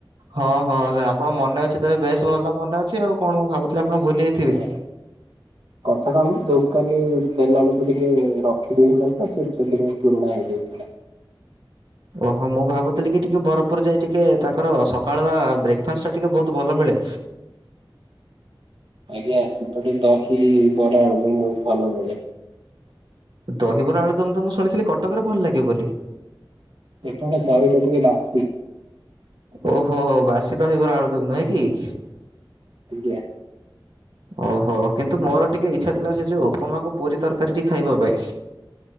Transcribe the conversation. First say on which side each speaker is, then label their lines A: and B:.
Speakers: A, on the right; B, on the right.
A: ହଁ, ହଁ, ସେ ଆପଣ ମନେ ଅଛି ତେବେ ବେଶ ଭଲ ମନେ ଅଛି, ଆଉ କଣ ମୁଁ ଭାବୁଥିଲି ଆପଣ ଭୁଲି ଯାଇଥିବେ।
B: ହଁ କଥା କଣକି ଦୋକାନୀ ଦେଲା ବେଳକୁ ଟିକେ ରଖିଦେଇଥିଲା ତ ସେ ସେଥିପାଇଁ ପୁରୁଣା ହେଇଯାଇଥିଲା।
A: ଓହୋ ମୁଁ ଭାବୁଥିଲି କି ଟିକେ ବରପୁର ଯାଇ ଟିକେ ତାଙ୍କର ସକାଳୁ ଆ ବ୍ରେକ୍ ଫାଷ୍ଟଟା ଟିକିଏ ବହୁତ ଭଲ ମିଳେ।
B: ଆଜ୍ଞା ସେପଟେ ଦହି ବରା ଆଳୁଦମ ବହୁତ ଭଲ ମିଳେ।
A: ଦହିବରା ଆଳୁଦମ ତ ମୁଁ ଶୁଣିଥିଲି କଟକରେ ଭଲ ଲାଗେ ବୋଲି।
B: ସେଠାର ଦହିଟା ଟିକେ ବାସି।
A: ଓହୋ ହୋ ବାସି ଦହିବାର ଆଳୁ ଦମ ନାହିଁ କି।
B: ଆଜ୍ଞା।
A: ଓହୋ କିନ୍ତୁ ମୋର ଟିକେ ଇଚ୍ଛା ଥିଲା ସେ ଜଉ ଉପମାକୁ ପୁରୀ ତରକାରୀଟି ଖାଇବା ପାଇଁ।